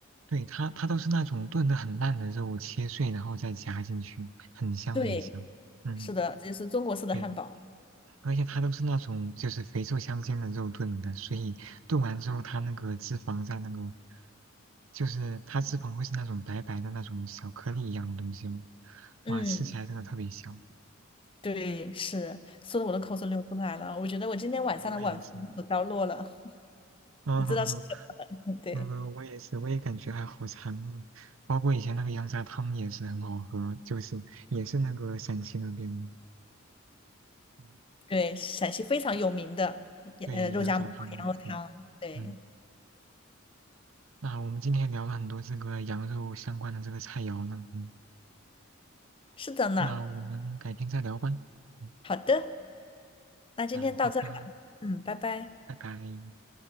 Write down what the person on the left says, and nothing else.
对，
是的，这就是中国式的汉堡。
嗯，
对，是，说的我的口水流出来了，我觉得我今天晚上的晚饭有着落了，
<laughs>
你知道是什么了？<laughs> 对。
对，陕西非常有名的，
呃，肉夹馍、
羊肉汤。
对，
是的呢。
好的，那今天到这儿吧。
嗯，拜拜。